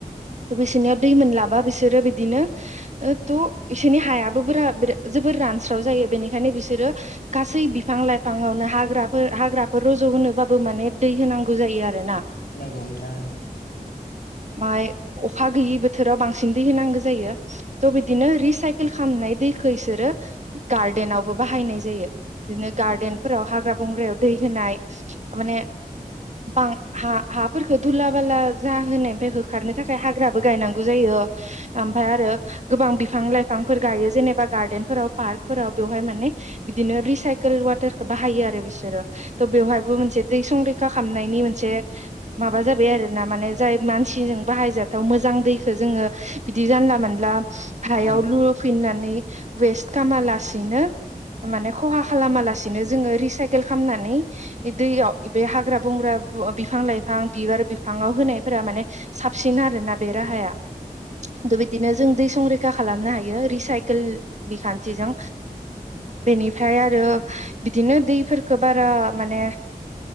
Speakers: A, on the right; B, on the left.
A: बिसोरनियाव दै मोनलाबा बिसोरो बिदिनो त' इसोरनि हायाबो बोरा जोबोर रानस्राव जायो बेनिखायनो बिसोरो गासै बिफां लाइफाङावनो हाग्राफोर हाग्राफोर रज' होनोबाबो माने दै होनांगौ जायो आरो ना।
B: नंगौ नोंथां।
A: माइ अखा गैयि बो थोराव बांसिन दै होनांगो जायो त' बिदिनो रिसाइकेल खालामनाय दैखो इसोरो गार्देनाव बो बाहायनाय जायो। बिदिनो गार्देनफोराव हाग्रा बंग्रायाव दै होनाय माने बां हा हा फोरखो धुला बाला जाहोनाय फ्राय होखारनो थाखाय हाग्राबो गायनां यो ओमफाय आरो गोबां बि फां लाइफांफोर गायो जेने बा गार्देनफोराव पार्कफोराव बेवहाय माने बिदिनो रिसाइकोल वाटारखो बाहायो आरो बिसोरो त' बेवहायबो मोनसे दै संरैखा खामनायनि मोनसे माबा जाबाय आरोना माने जाय मानसिंजों बाहायजाथाव मोजां दैख खो जोङो बिदि जानला मानला हायाव
B: नंगौ
A: लु
B: नोंथां
A: फिननानै वेस्ट कामालासिनो माने खहा खालामालास दिनो जोङो रिसाइकेल खालामनानै दैयाव बे हाग्रा बंग्रा ब बिफां लाइफां बिबार बिफांआव होनायफोरा माने साबसिन आरोना बे राहाया। थ' बिदिनो जों दै संरैखा खालामनो हायो रिसाइकोल बिखान्थिजों बेनिफ्राय आरो बिदिनो दैफोरखो बारा माने